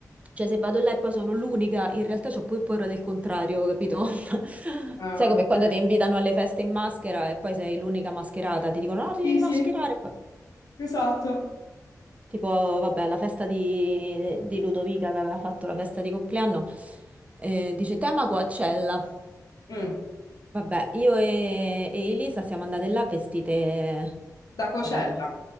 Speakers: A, on the right; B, on the left.
A: cioè, se vado là e poi sono l'unica, in realtà ho poi paura del contrario, capito? <laughs>
B: Ah,
A: Sai come
B: ok.
A: quando ti invitano alle feste in maschera e poi sei l'unica mascherata, ti dicono no, ti
B: Sì,
A: devi
B: sì,
A: mascherare.
B: esatto.
A: Tipo, vabbè, la festa di, di Ludovica che aveva fatto la festa di compleanno, eh, dice tema Coachella.
B: Mm.
A: Vabbè, io e, e Elisa siamo andate là vestite
B: Da Cocella.
A: da qua,